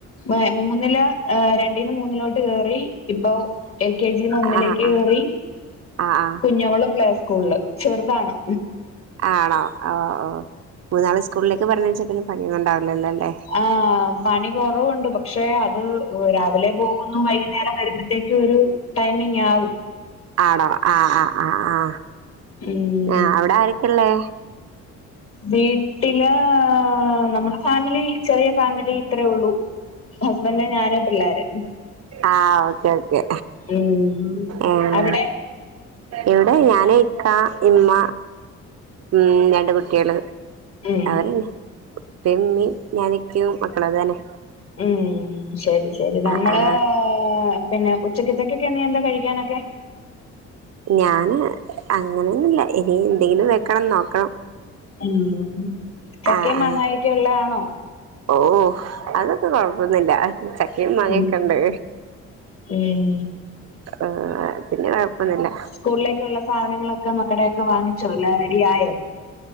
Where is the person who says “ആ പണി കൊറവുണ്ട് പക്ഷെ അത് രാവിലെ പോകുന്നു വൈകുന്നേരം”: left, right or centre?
Left